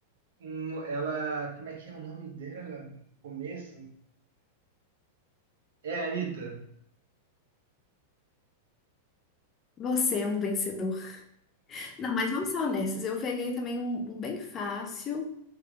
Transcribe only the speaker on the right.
um, ela, como é que é o nome dela? Começa? É a Anitta.